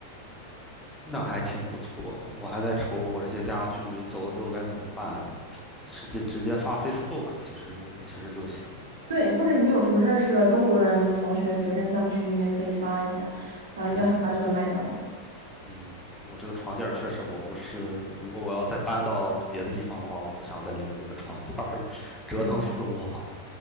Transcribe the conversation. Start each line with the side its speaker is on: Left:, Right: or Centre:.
Centre: 那还挺不错的。我还在愁我这些家具走了之后该怎么办，直接直接发 Facebook 其实其实就行了。
Right: 对，或者你有什么认识的中国人同学、学生，他们群里面可以发一下，然后应该很快就会卖掉的。
Centre: 对，嗯，我这个床垫儿确实我不是，如果我要再搬到别的地方的话，我不想再留着这个床垫儿了，折腾死我了。
Right: 嗯，